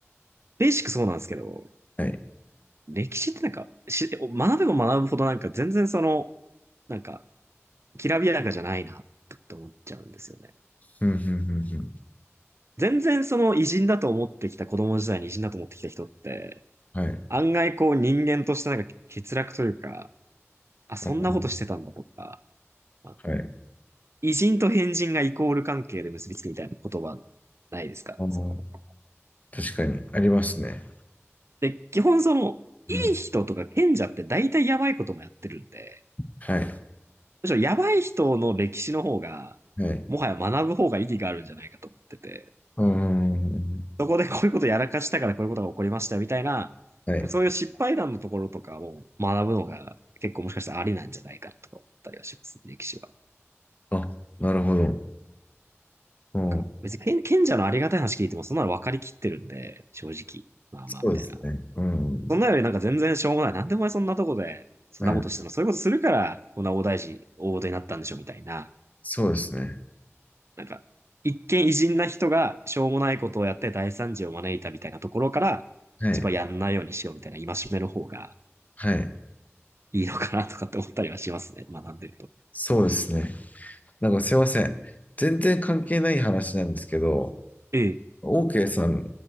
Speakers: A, on the right (about 60°); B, on the left (about 30°).
A: ベーシックそうなんですけど、
B: はい。
A: 歴史ってなんか、し、学べば学ぶほどなんか全然その、なんか、きらびやかじゃないな、と思っちゃうんですよね。
B: うん、うん、うん、うん。
A: 全然その偉人だと思ってきた、子供時代に偉人だと思ってきた人って、
B: はい。
A: 案外こう人間としてなんか欠落というか、あ、そんなことしてたんだとか、
B: あの
A: まあ
B: はい。
A: 偉人と変人がイコール関係で結びつくみたいな言葉ないですかその。
B: あの、確かに、ありますね。
A: で、基本その、いい人とか賢者って大体やばいこともやってるんで、
B: うん。はい。
A: むしろやばい人の歴史の方が、
B: はい。
A: もはや学ぶ方が意義があるんじゃないかと思ってて。
B: うーん。
A: そこでこういうことやらかしたからこういうことが起こりましたみたいな、
B: はい。
A: そういう失敗談のところとかを学ぶのが結構もしかしたらありなんじゃないかなとか思ったりはしますね歴史は。
B: あ、なるほど。うん。
A: なんか別に賢者のありがたい話聞いてもそんなの分かりきってるんで、正直。まあまあみたいな。
B: そうですね。うん。
A: そんなよりなんか全然しょうもない。なんでお前そんなとこでそんなことしてもそういうことするからこんな大大事、
B: うん。
A: 大事になったんでしょみたいな。
B: そうですね。
A: なんか一見偉人な人がしょうもないことをやって大惨事を招いたみたいなところから、
B: はい。
A: 一番やんないようにしようみたいな戒めの方が、
B: はい。
A: いいのかなとかって思ったりはしますね。学んでると。
B: そうですね。なんかすいません。全然関係ない話なんですけど、
A: ええ。
B: オーケーさんっ